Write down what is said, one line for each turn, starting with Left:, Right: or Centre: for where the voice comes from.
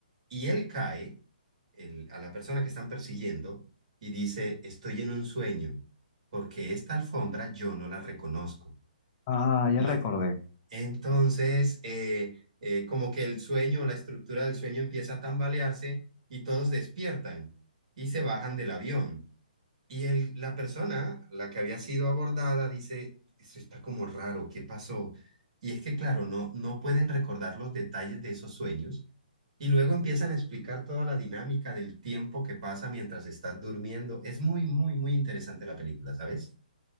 Right: y él cae, el- a la persona que están persiguiendo, y dice, estoy en un sueño porque esta alfombra yo no la reconozco.
Left: Ah, ya
Right: La-
Left: recordé.
Right: entonces, eh, eh, como que el sueño, la estructura del sueño empieza a tambalearse y todos despiertan y se bajan del avión. Y el, la persona, la que había sido abordada, dice, eso está como raro, ¿qué pasó? Y es que, claro, no, no pueden recordar los detalles de esos sueños. Y luego empiezan a explicar toda la dinámica del tiempo que pasa mientras estás durmiendo. Es muy, muy, muy interesante la película, ¿sabes?